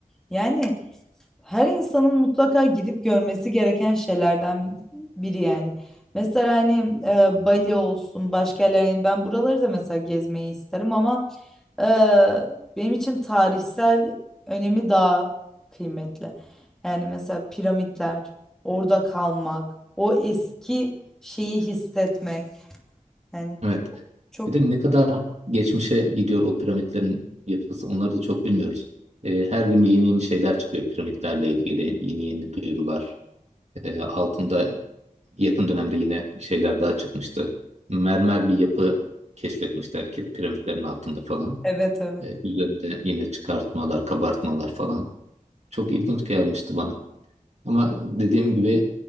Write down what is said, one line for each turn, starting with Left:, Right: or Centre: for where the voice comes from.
Centre: Yani her insanın mutlaka gidip görmesi gereken şeylerden biri yani. Mesela hani e, Bali olsun başka yerler hani ben buraları da mesela gezmeyi isterim ama e, benim için tarihsel önemi daha kıymetli. Yani mesela piramitler, orada kalmak, o eski şeyi hissetmek. Yani
Right: Evet.
Centre: çok
Right: Bir de ne kadar geçmişe gidiyor o piramitlerin yapısı onları da çok bilmiyoruz. Ee, her gün yeni yeni şeyler çıkıyor piramitlerle ilgili. Yeni yeni duyurular. Ee, altında yakın dönemde yine bir şeyler daha çıkmıştı. Mermer bir yapı keşfetmişler ki piramitlerin altında falan.
Centre: evet evet.
Right: E, üzerinde yine çıkartmalar, kabartmalar falan. Çok ilginç gelmişti bana. Ama dediğim gibi